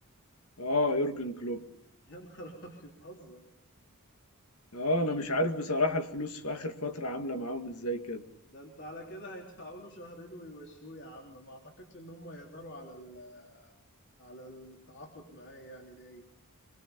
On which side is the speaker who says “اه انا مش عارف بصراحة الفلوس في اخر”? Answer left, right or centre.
Left